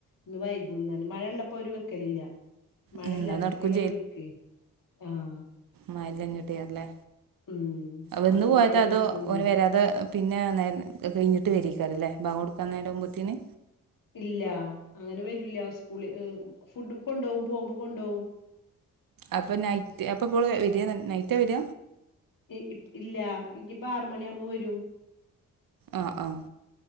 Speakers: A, on the left (about 60°); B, on the right (about 65°).
A: ഇന്ന് വൈകുന്നർന് മഴള്ളപ്പോ ഓര് വെക്കലില്ല. മഴയില്ലാത്തപ്പോഴാണ്
B: ഉം അത് നടക്കും
A: ഒരു വെക്കെ ആഹ്
B: മയല്ലാഞ്ഞിട്ടേറല്ലേ
A: ഉം
B: വന്ന്
A: അപ്പൊ
B: പോയതാ
A: ഇന്ന് അയിന്
B: അതോ
A: ഇരിക്കുന്ന്
B: ഓന് വരാതെ പിന്നെ നേര അ കഴിഞ്ഞിട്ട് വരിക്കാരല്ലേ ബാങ്കൊടുക്കാൻ നേരാകുമ്പോത്തേന്
A: ഇല്ല അങ്ങനെ വരില്ല സ്കൂൾ ഫുഡ് കൊണ്ടോവും പോമ്പം കൊണ്ടോവും
B: അപ്പൊ നൈറ്റ് അപ്പ ഇപ്പോള് വരാ നൈറ്റ വര
A: ഇ ഇല്ല ഇനിയിപ്പ ആറുമണിയ ആവുമ്പോ വരും
B: ആഹ് ആഹ്